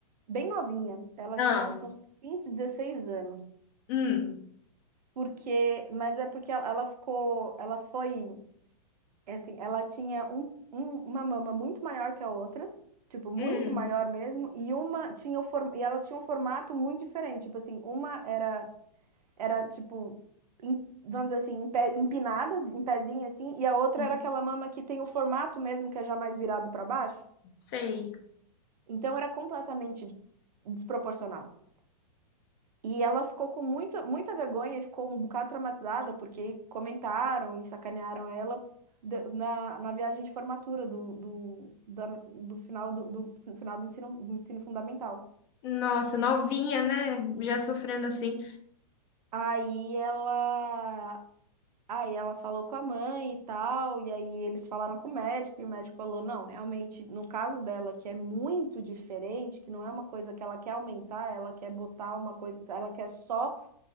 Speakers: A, on the right; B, on the left.
A: bem novinha. Ela
B: Ah,
A: tinha acho que uns 15 16 anos.
B: hum,
A: Porque, mas é porque ela ela ficou, ela foi, é assim, ela tinha um, um- uma mama muito maior que a outra, tipo, muito
B: hum,
A: maior mesmo, e uma tinha o form, e elas tinham um formato muito diferente, tipo assim, uma era era tipo em- vamos dizer assim, em pé- empinada, em pezinho assim, e a
B: sim,
A: outra era aquela mama que tem o formato mesmo que é já mais virado para baixo.
B: sei.
A: Então era completamente desproporcional. E ela ficou com muito muita vergonha e ficou um bocado traumatizada porque comentaram e sacanearam ela da- na, na viagem de formatura do, do, da- do final do, do final do ensino, do ensino fundamental.
B: Nossa, novinha, né? Já sofrendo assim.
A: Aí ela, aí ela falou com a mãe e tal, e aí eles falaram com o médico, e o médico falou: não, realmente, no caso dela, que é muito diferente, que não é uma coisa que ela quer aumentar, ela quer botar uma coisa, ela quer só